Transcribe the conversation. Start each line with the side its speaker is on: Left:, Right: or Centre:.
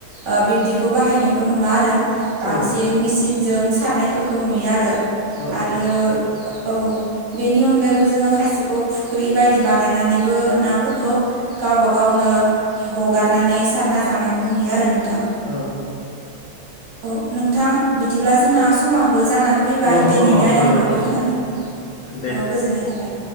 Right: ओ बिदिखौ बाहायनायखौ नुवा आरो बांसिन
Left: औ
Right: मसिनजों सारनाय बेखौ नुयो आरो।
Left: औ
Right: आरो
Left: औ
Right: औ। बेनि अनगायैबो जोङो खायसेखौ फुख्रि बायदि बानायनानैबो नाफोरखौ गावब गावनो हगारनानै सारना जानायखौ नुयो आरो नोंथां।
Left: औ
Right: औ नोंथां बिदिब्ला जोंना समानोबो जानानैै फैबाय
Left: औ समाबो
Right: दिनैनि आयदाखौ
Left: जाबाय औ
Right: बेखिनियानो बुंदों
Left: दे
Right: औ गोजोननाय थाबाय।